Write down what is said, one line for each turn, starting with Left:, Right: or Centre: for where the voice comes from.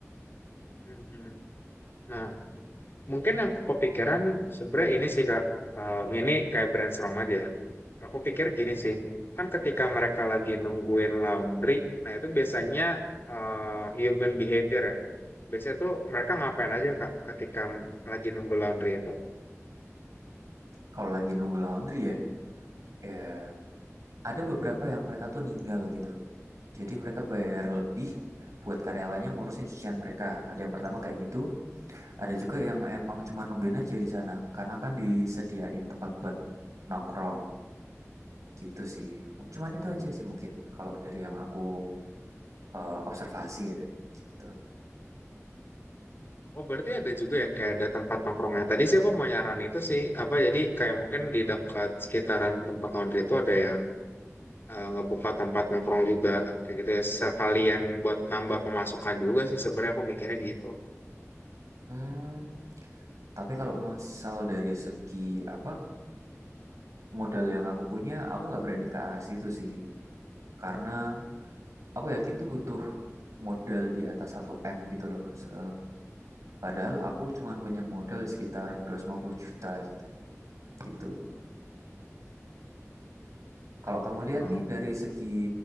Left: Mhm. Nah mungkin yang kepikiran sebenarnya ini sih kak Um, ini kayak brainstorm aja. Aku pikir gini sih, kan ketika mereka lagi nungguin laundry, nah itu biasanya eh, human behavior ya. Biasanya tuh mereka ngapain aja Kak, ketika lagi nunggu laundry itu.
Right: Kalau lagi nunggu laundry ya, ya ada beberapa yang mereka tuh ninggal gitu. Jadi mereka bayar lebih buat karyawannya ngurusin cucian mereka. Ada yang pertama kayak gitu, ada juga yang emang cuma nungguin aja di sana karena kan disediain tempat buat nongkrong gitu sih. Cuman itu aja sih mungkin kalau dari yang aku eh, observasi ya gitu.
Left: Oh berarti ada juga yang kayak ada tempat nongkrongnya. Tadi sih aku mau nyaran itu sih, apa jadi kayak mungkin di dekat sekitaran tempat laundry itu ada yang eh, ngebuka tempat nongkrong juga. Kayak gitu ya, sekalian buat nambah pemasukan juga sih sebenarnya aku mikirnya gitu.
Right: Hmm, tapi kalau misal dari segi apa modal yang aku punya, aku nggak berani ke arah situ sih. Karena Aku yakin tuh butuh modal di atas satu m gitu loh. Se- Padahal aku cuman punya modal sekitar 250 juta gitu. Gitu.
Left: Oke,
Right: Kalau
Left: oke,
Right: kamu lihat
Left: paham.
Right: nih dari segi